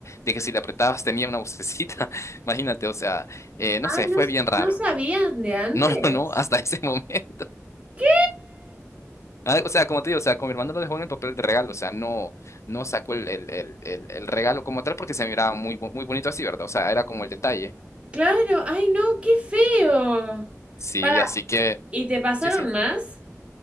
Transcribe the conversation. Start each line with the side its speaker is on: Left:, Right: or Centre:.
Left: de que si le apretabas tenía una vocecita. <laughs> Imagínate, o sea, eh, no sé,
Right: Ah, ¿no,
Left: fue bien raro.
Right: no sabías de antes?
Left: No, no, no, <laughs> hasta ese momento.
Right: ¿Qué?
Left: Ah, O sea, como te digo, o sea, con mi hermano lo dejó en el papel de regalo, o sea, no, no sacó el, el, el, el, el regalo como tal porque se miraba muy, bo- muy bonito así, ¿verdad? O sea, era como el detalle.
Right: Claro, ay no, qué feo.
Left: Sí,
Right: Para,
Left: así que,
Right: ¿y te pasaron
Left: sí, sí.
Right: más?